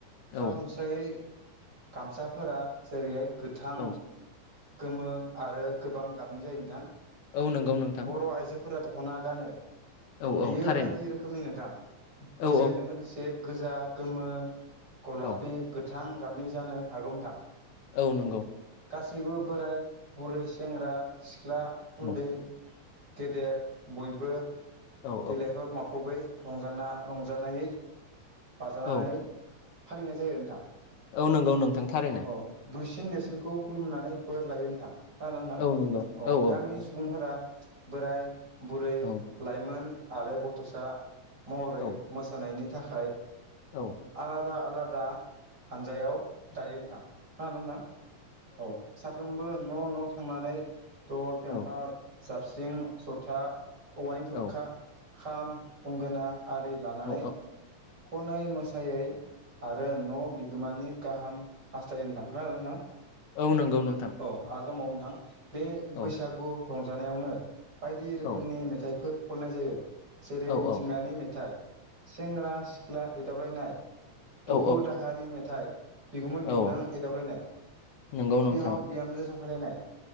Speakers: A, on the left (about 75°); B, on the right (about 35°).
A: औ
B: सरासनस्रा फ्राइयै गामसाफोरा जेरैहाय गोथां
A: औ
B: गोमो आरो गोबां गाबनि जायो नोंथां।
A: औ नंगौ नोंथां
B: बर' आइजो फोरा दख'ना गानो
A: औ
B: बेयो
A: औ थारैनो
B: बायदि रोखोमनि नोंथां,
A: औ
B: दिजाइनजों लोगोसे बे गोजा गोमो गलापि
A: औ
B: गोथां गाबनि जानो हागौ नोंथां।
A: औ नंगौ।
B: गासैबो बोराय बुरै, सेंग्रा सिख्ला,
A: औ
B: उन्दै गेदेर बयबो
A: औ
B: देलायफब माफबै रंजाना रंजानायै बाजानानै
A: औ
B: फालिनाय जायो नोंथां।
A: औ नंगौ नोंथां थारैनो।
B: औ दुइसिन देरसिनखौ खुलुमनानै बोर लायो नोंथां। खोनादोंना नोंथां?
A: औ नंगौ
B: अ
A: औ औ
B: गामिनि सुबुंफोरा बोराय, बुरै,
A: औ
B: लाइमोन आरो गथ'सा महरै
A: औ
B: मोसानायनि थाखाय
A: औ
B: आलादा आलादा हानजायाव दायो नोंथां। खोनादोंना नोंथां? औ साफ्रोमबो न' न' थांनानै दल, फेम्फा,
A: औ
B: जाबस्रिं, जथा औवानि थरखा,
A: औ
B: खाम गंगोना आरि लानानै
A: औ
B: खनै मोसायै आरो न' बिगोमानि गाहाम हास्थायनो खोनादोंना नोंथां?
A: औ नंगौ नोंथां।
B: अ आरो दंबावो नोंथां बे
A: औ
B: बैसागु रंजानायावनो बायदि रोखोमनि
A: औ
B: मेथाइफोर खननाय जायो जेरै
A: औ
B: मिथिंगानि
A: औ
B: मेथाइ सेंग्रा-सिख्ला एदावलायनाय दुखु
A: औ
B: दाहानि मेथाइ बिगुमै- बिबोनां
A: औ
B: एदावलायनाय
A: नंगौ नोंथां
B: बिहाव-बिहामजो जंखायलायनाय